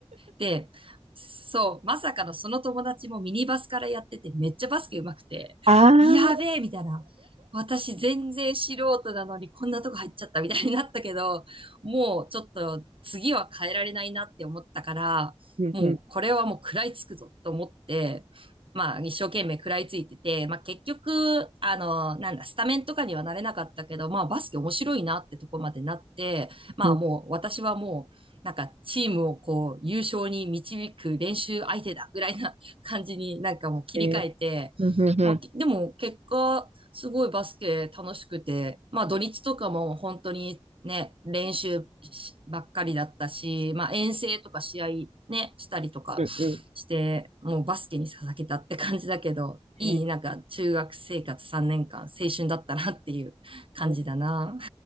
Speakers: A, on the right; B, on the right.
A: で、そう、まさかのその友達もミニバスからやってて、めっちゃバスケ上手くて、
B: ああ、
A: やべえみたいな。私全然素人なのにこんなとこ入っちゃったみたいになったけど、もうちょっと次は変えられないなって思ったから、
B: うんうん
A: もうこれはもう食らいつくぞと思って、まあ一生懸命食らいついてて、まあ結局、あの、なんだ、スタメンとかにはなれなかったけど、まあバスケ面白いなってとこまでなって、まあもう私はもうなんかチームをこう優勝に導く練習相手だぐらいな感じに
B: うん
A: <laughs> なんかもう切り替えて、
B: えーうんうんうん
A: まあ、きでも結果すごいバスケ楽しくて、まあ土日とかも本当にね、練習しばっかりだったし、まあ遠征とか試合ね、したりとか
B: うんうん
A: して、もうバスケに捧げたって感じだけど、いい、
B: え
A: なんか中学生活3年間青春だったなっていう感じだな。
B: ー